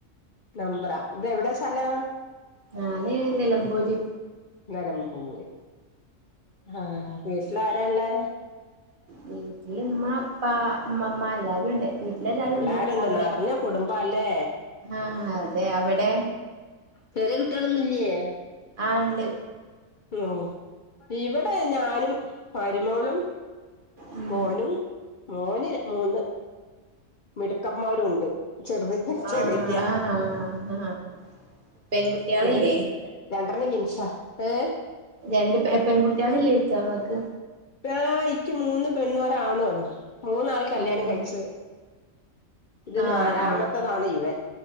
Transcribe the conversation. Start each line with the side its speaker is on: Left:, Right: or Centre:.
Left: നമ്പ്റ ഇത് എവിടെ സ്ഥലം
Right: ഞാന് നിലമ്പൂര്
Left: നലമ്പൂര് ആ വീട്ടിലാരാള്ളേ
Right: വീട്ട്ല് ഇമ്മ ഇപ്പാ ഇമ്മമ്മ എല്ലാരുണ്ട് വീട്ട്ല് എല്ലാരുണ്ട്
Left: എല്ലാരും ഉണ്ട്
Right: അവടെ
Left: നറഞ്ഞ കുടുംബാല്ലേ
Right: ആഹ് അതെ അവിടെ
Left: ചെറ്യേ കിട്ട്യേളൊന്നും ഇല്ലേ
Right: ആ ണ്ട്
Left: ഓ ഇവിടെ ഞാനും മരുമോളും
Right: ഉം
Left: മോനും മോന് മൂന്ന് മിടുക്കന്മാരു ഉണ്ട് ചെറുതിട്ട് ചെറ്യേറ്റ്യ
Right: ആഹ് ആഹ് ആഹ് പെൺകുട്ടികളില്ലേ
Left: ശരി ര ണ്ട് റ് ണ് ജിൻഷാ ഏ
Right: രണ്ട് പെ പെൺകുട്ട്യേള് ഇല്ലേയ്ക്ക ഇങ്ങക്ക്
Left: ആ ഇക്ക് മൂന്ന് പെണ്ണും ഒരാണുണ് മൂന്നാളീം കല്യാണം
Right: ആഹ്
Left: കഴിച്ച് ഇത്
Right: ആഹ്
Left: നാലാമത്തതാണ്
Right: ആഹ്
Left: ഇവൻ